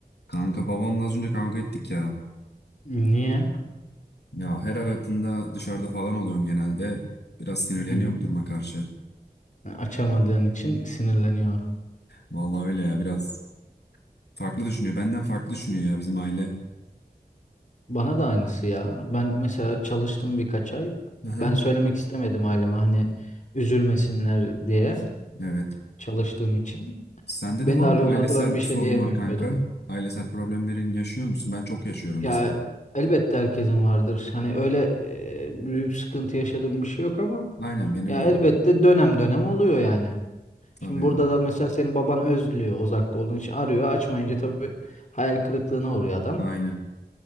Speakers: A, on the left; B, on the left.
A: Kanka babamla az önce kavga ettik ya.
B: Niye?
A: Ya her aradığında dışarıda falan oluyorum genelde. Biraz sinirleniyor
B: Hı hı.
A: bu duruma karşı.
B: Açamadığın için sinirleniyor.
A: Vallahi öyle ya biraz farklı düşünüyor. Benden farklı düşünüyor ya bizim aile.
B: Bana da aynısı ya. Ben mesela çalıştım birkaç ay.
A: Aha.
B: Ben söylemek istemedim aileme hani üzülmesinler diye
A: Evet.
B: çalıştığım için.
A: Sende
B: Beni
A: de var
B: de arıyorlardı
A: mı ailesel
B: ben bir şey
A: sorunlar
B: diyemiyordum.
A: kanka? Ailesel problemlerin yaşıyor musun? Ben çok yaşıyorum
B: Ya
A: mesela.
B: elbette herkesin vardır. Hani öyle e, büyük sıkıntı yaşadığım bir şey yok ama
A: Aynen benim
B: ya
A: de.
B: elbette dönem dönem oluyor yani.
A: Tabii.
B: Şimdi burada da mesela senin baban özlüyor uzakta olduğun için arıyor. Açmayınca tabii hayal kırıklığına uğruyor adam.
A: Aynen.